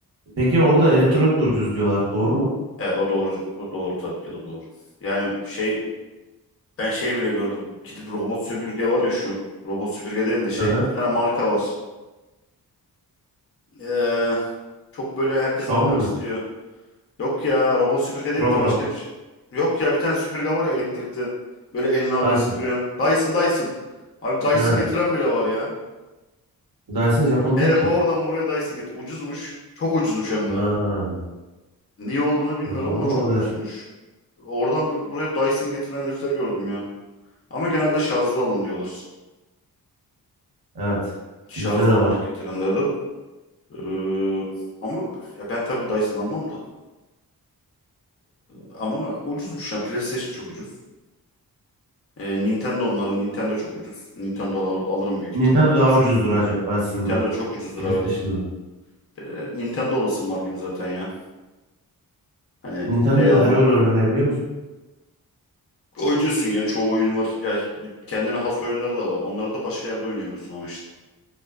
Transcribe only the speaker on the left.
E, o doğru. O doğru tabii ki de doğru. Yani şey ben şey bile gördüm. Gidip robot süpürge var ya şu. Robot süpürge değil de şey.
Bir tane marka var. Ee, çok böyle herkes
almak
istiyor. Yok ya robot süpürge değil
de başka bir şey. Yok ya bir tane süpürge var ya elektrikli. Böyle eline alıyorsun
süpürüyorsun. Dyson Dyson. Abi Dyson
getiren bile var ya.
Herif
oradan buraya Dyson getir. Ucuzmuş. Çok ucuzmuş hem
de. Niye olduğunu bilmiyorum
ama
çok ucuzmuş. Oradan bu- buraya Dyson getiren herifler gördüm ya. Ama genelde şarjlı alın diyorlar.
Şarjlı
olarak
getiren dedi. Ee, ama ya ben tabii Dyson almam da. Ama ucuzmuş yani. PlayStation çok ucuz. Ee, Nintendo onların. Nintendo çok ucuz. Nintendo al alırım büyük ihtimalle
kesin.
Nintendo çok ucuzdur
evet. Bir de Nintendo olasım var gibi zaten ya. Hani
şey alma.
Oyuncusun ya çoğu oyun var. Ya bir- kendine has oyunları da var. Onları da başka yerde oynayamıyorsun ama işte.